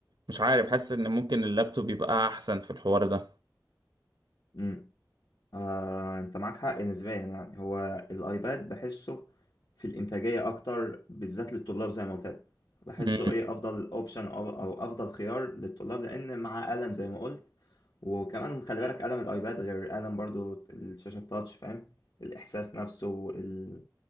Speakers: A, on the right; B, on the left.
A: مش عارف حاسس ان ممكن اللابتوب يبقى احسن في الحوار ده
B: -م. آه، انت معاك حق نسبيا يعني هو الايباد بحسه في الانتاجيه اكتر بالذات للطلاب زي ما قلت لك. بحسه
A: امم
B: ايه افضل اوبشن او أو افضل خيار للطلاب لان معاه قلم زي ما قلت وكمان خلي بالك قلم الايباد غير قلم برضو الشاشه التاتش فاهم الاحساس نفسه ال...